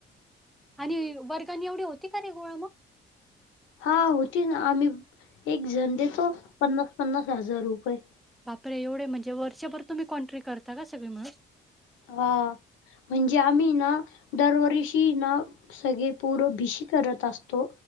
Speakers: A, in the centre; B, on the left (about 80°).
A: आणि वर्गानी एवढी होती का रे गोळा मग?
B: हा होती ना. आम्ही एक जण देतो पन्नास पन्नास हजार रुपये.
A: बापरे! एवढे म्हणजे वर्षभर तुम्ही कोंट्री करता का सगळी मिळुन.
B: हा म्हणजे आम्ही ना दरवर्ष -- र्षीना सगळे पोर भीशी करत असतो